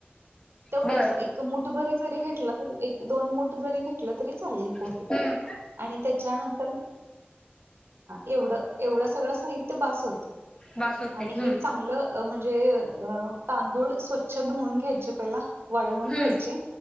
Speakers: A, on the right; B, on the left.
A: तेवढंच
B: बर
A: एक मुठ भरी जरी घेतलं तरी एक दोन मुठ जरी घेतलंतं चालेल पोहे
B: हम्म
A: आणि त्याच्यानंतर एवढं सगळं साहित्य बास होतंय
B: बास होते
A: आणि
B: हम्म
A: हे चांगलं म्हणजे अ तांदूळ स्वच्छ धुऊन घ्यायचे पहिला वाळवून
B: हम्म
A: घ्यायचे